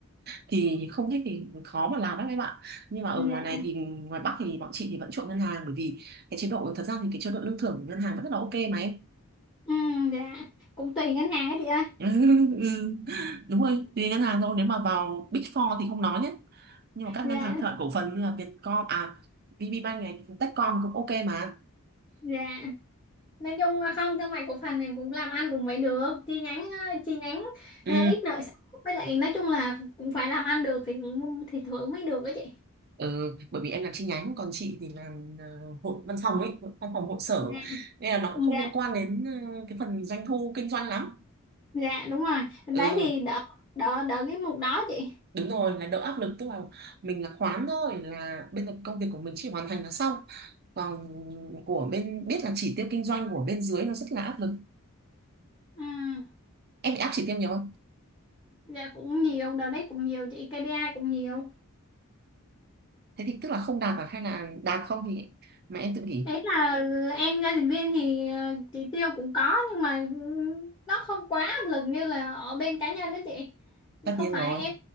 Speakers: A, on the right; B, on the left.
A: thì không thích thì khó mà làm lắm em ạ nhưng mà ở
B: dạ
A: ngoài này thì ngoài Bắc thì bọn chị thì vẫn chuộng ngân hàng bởi vì cái chế độ thật ra thì cái chế độ lương thưởng của ngân hàng vẫn rất là ok mà em
B: ừ, dạ cũng tùy ngân hàng á chị ơi
A: ừ, ừ. đúng rồi tùy ngân hàng thôi nếu mà vào Big Four thì không nói nhé nhưng mà các
B: dạ
A: ngân hàng thương mại cổ phần như là Vietcom à VPBank này Techcom cũng ok mà
B: dạ nói chung là không thương mại cổ phần này cũng làm ăn cũng phải được chi nhánh ờ, chi nhánh
A: ừ.
B: ờ, ít nợ xấu với lại nói chung là cũng phải làm ăn được thì cũng- thì thưởng mới được đó chị
A: ừ bởi vì em làm chi nhánh còn chị thì làm ờ, hội văn phòng ấy hội- văn phòng hội sở
B: dạ
A: nên là nó cũng không
B: dạ
A: liên quan đến ờ, cái phần doanh thu kinh doanh lắm
B: dạ đúng rồi đấy
A: ừ
B: thì đỡ đỡ đỡ cái mục đó chị
A: đúng rồi là đỡ áp lực tức là mình là khoán thôi là bên công việc của mình chỉ hoàn thành là xong còn của bên biết là chỉ tiêu kinh doanh của bên dưới nó rất là áp lực
B: ừ,
A: em bị áp chỉ tiêu nhiều không
B: dạ cũng nhiều đợt đấy cũng nhiều chị KPI cũng nhiều
A: thế thì tức là không đạt à hay là đạt không thì mà em tự nghỉ
B: Đấy là em gia đình viên thì ờ, chỉ tiêu cũng có nhưng mà nó không quá áp lực như là ở bên cá nhân đó chị.
A: tất
B: Không
A: nhiên
B: phải
A: rồi
B: em